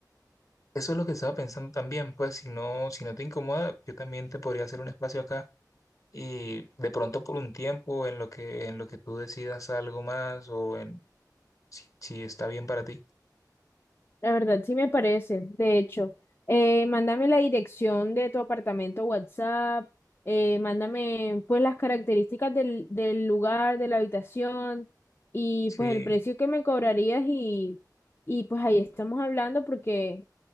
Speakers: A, on the left (about 50°); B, on the left (about 30°).
A: Eso es lo que estaba pensando también, pues si no, si no te incomoda, yo también te podría hacer un espacio acá Y de pronto por un tiempo en lo que, en lo que tú decidas algo más o en si, si está bien para ti.
B: La verdad, sí me parece. De hecho, eh, mándame la dirección de tu apartamento WhatsApp, eh, mándame pues las características del, del lugar, de la habitación y
A: Sí,
B: pues el precio que me cobrarías y, y pues ahí estamos hablando porque